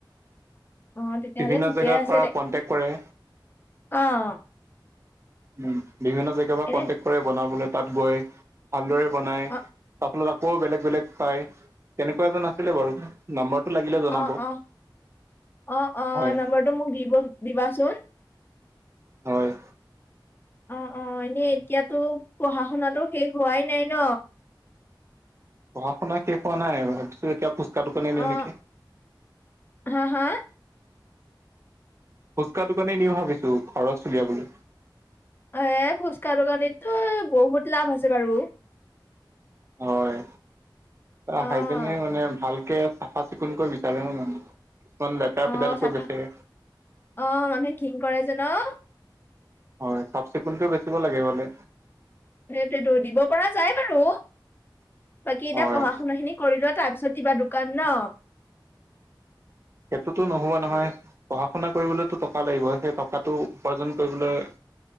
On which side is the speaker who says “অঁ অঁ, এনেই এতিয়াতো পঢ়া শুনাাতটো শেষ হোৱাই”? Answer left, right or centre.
Left